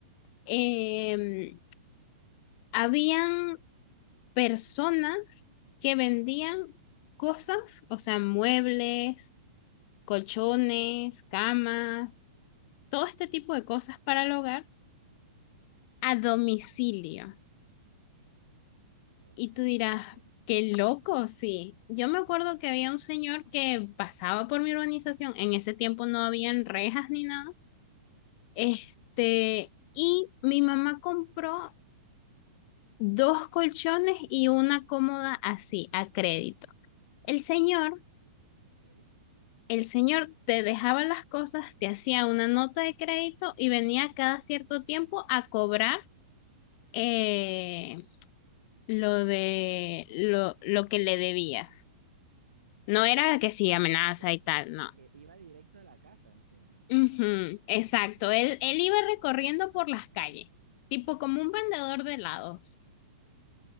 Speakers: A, on the left; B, on the right.
A: eh, habían personas que vendían cosas, o sea, muebles, colchones, camas, todo este tipo de cosas para el hogar a domicilio.
B: A domicilio,
A: Y tú dirás,
B: ok.
A: qué loco, sí. Yo me acuerdo que había un señor que pasaba por mi urbanización, en ese tiempo no habían rejas ni nada, este, y mi mamá compró dos colchones y una cómoda así, a crédito. El señor
B: Ah, ok.
A: el señor te dejaba las cosas, te hacía una nota de crédito y venía cada cierto tiempo a cobrar eh, lo de lo, lo que le debías. No era que sí,
B: Ah,
A: amenaza
B: o sea, que,
A: y tal,
B: que,
A: no.
B: que iba directo a la casa encima, o sea,
A: Ujú, exacto, él, él iba recorriendo por las calles, tipo como
B: la-
A: un vendedor de helados.